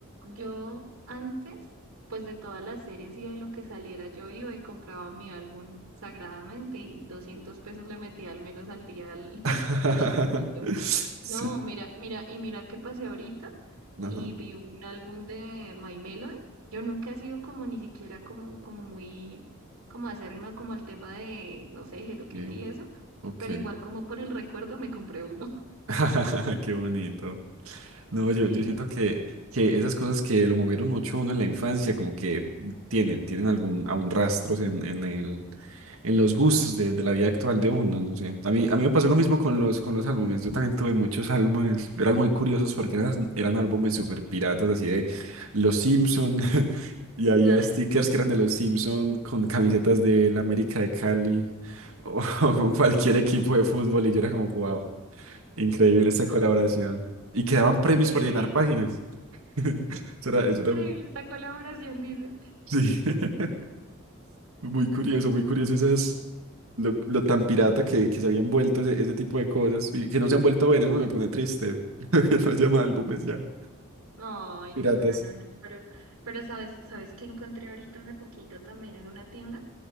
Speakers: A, on the right; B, on the right.
A: Yo antes, pues de todas las series y de lo que saliera, yo iba y compraba mi álbum sagradamente y 200 pesos le metía al menos al día al,
B: <laughs>
A: <laughs> al álbumcito.
B: Sí,
A: No, mira, mira, y mira qué pasé ahorita y
B: ajá,
A: vi un álbum de My Melody. Yo nunca he sido como ni siquiera como, como muy, como acérrima como el tema de, no sé, Hello Kitty
B: sí,
A: y eso,
B: ok.
A: pero igual como por el recuerdo me compré uno. <laughs>
B: <laughs> Qué bonito. No, yo,
A: Sí.
B: yo siento que, que esas cosas que lo movieron mucho a uno en la infancia, como que tienen, tienen algún, aún rastros en, en el, en los gustos de, de la vida actual de uno, no sé. A mí, a mí me pasó lo mismo con los, con los álbumes. Yo también tuve muchos álbumes, eran muy curiosos porque eran, eran álbumes súper piratas, así de Los Simpson, <laughs> y había
A: Nada,
B: stickers que eran de Los Simpson con camisetas de la América de Cali o, <laughs> o con cualquier equipo de fútbol, y yo era como, wow. Increíble
A: nada.
B: esa colaboración. Y quedaban premios
A: Increíble.
B: por llenar páginas. <laughs> Eso era, eso
A: Increíble
B: era,
A: esta colaboración, dice.
B: sí. <laughs> Muy curioso, muy curioso esas, lo, lo tan pirata que, que se habían vuelto ese, ese tipo de cosas y que no se han vuelto a ver, eso me pone triste. <laughs> Que No haya más álbumes ya.
A: Ay,
B: Piratas.
A: no, no, no, no, pero, pero sabes, ¿sabes qué encontré ahorita hace poquito también en una tienda?